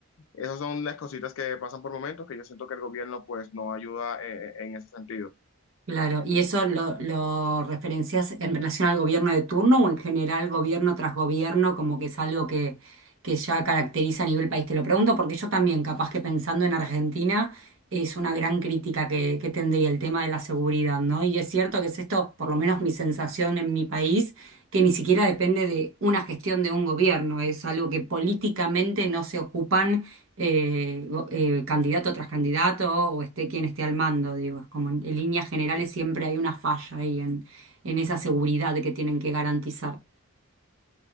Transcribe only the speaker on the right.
Claro, ¿y eso lo, lo referencias en relación al gobierno de turno o en general gobierno tras gobierno, como que es algo que, que ya caracteriza a nivel país? Te lo pregunto porque yo también, capaz que pensando en Argentina, es una gran crítica que, que tendría el tema de la seguridad, ¿no? Y es cierto que es esto, por lo menos mi sensación en mi país, que ni siquiera depende de una gestión de un gobierno, es algo que políticamente no se ocupan eh, go- eh, candidato tras candidato o esté quien esté al mando, digo, es como en, en líneas generales siempre hay una falla ahí en, en esa seguridad que tienen que garantizar,